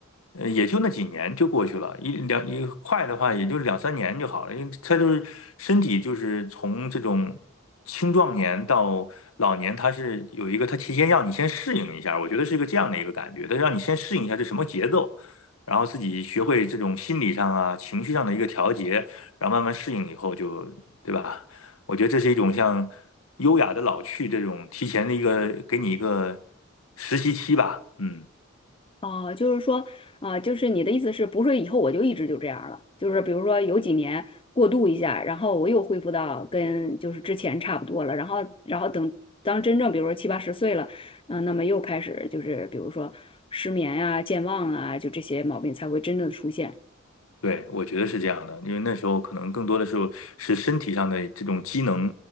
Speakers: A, on the left (about 85°); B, on the left (about 25°).
A: 呃，也就那几年就过去了，一两一快的话也就两三年就好了，因为他就是身体就是从这种青壮年到老年，他是有一个他提前让你先适应一下，我觉得是一个这样的一个感觉，他让你先适应一下这什么节奏，然后自己学会这种心理上啊、情绪上的一个调节，然后慢慢适应以后就，对吧？我觉得这是一种像优雅的老去这种提前的一个给你一个实习期吧，嗯，
B: 哦，就是说，啊、就是你的意思是不是以后我就一直就这样了？就是比如说有几年过渡一下，然后我又恢复到跟就是之前差不多了，然后然后等当真正比如说七八十岁了，嗯、那么又开始就是比如说失眠啊、健忘啊，就这些毛病才会真正的出现。
A: 对，我觉得是这样的，因为那时候可能更多的时候是身体上的这种机能，